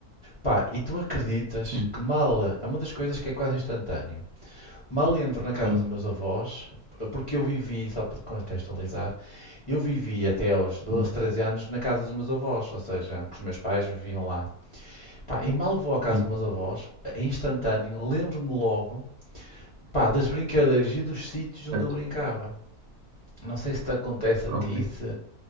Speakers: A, on the left; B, on the right.
A: Pá, e tu acreditas
B: Sim,
A: que mal, é uma das coisas que é quase instantâneo. Mal entro na casa
B: sim,
A: dos meus avós, porque eu vivi, só para te contextualizar, Eu vivi até aos doze,
B: hum,
A: 13 anos na casa dos meus avós, ou seja, que os meus pais viviam lá. Pá, e mal vou à casa
B: sim,
A: dos meus avós, em instantâneo, lembro-me logo, pá, das brincadeiras e dos sítios onde
B: certo,
A: eu brincava. Não sei se te acontece
B: ok,
A: a ti, se...